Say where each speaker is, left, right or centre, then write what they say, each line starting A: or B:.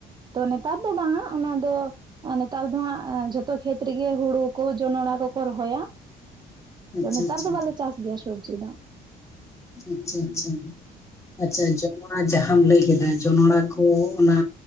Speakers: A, on the right; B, on the left.
A: ᱛᱚ ᱱᱮᱛᱟᱨ ᱫᱚ ᱵᱟᱝᱟ, ᱚᱱᱟ ᱫᱚ ᱟᱨ ᱱᱮᱛᱟᱨ ᱫᱚ ᱦᱟᱸᱜ ᱡᱷᱚᱛᱚ ᱠᱷᱮᱛ ᱨᱮᱜᱮ ᱦᱩᱲᱩ ᱠᱚ ᱡᱚᱱᱚᱲ ᱠᱚᱠᱚ ᱨᱚᱦᱚᱭᱟ᱾
B: ᱟᱪᱪᱷᱟ
A: ᱛᱚ ᱱᱮᱛᱟᱨ
B: ᱟᱪᱪᱷᱟ
A: ᱫᱚ ᱵᱟᱞᱮ ᱪᱟᱥ ᱜᱮᱭᱟ ᱥᱚᱵᱡᱤ ᱫᱚ᱾
B: ᱟᱪᱪᱷᱟ ᱟᱪᱪᱷᱟ, ᱟᱪᱪᱷᱟ ᱡᱚ ᱱᱚᱲᱟ ᱡᱟᱸᱦᱟᱢ ᱞᱟᱹᱭ ᱠᱮᱫᱟ, ᱡᱚᱱᱚᱲᱟ ᱠᱚ ᱚᱱᱟ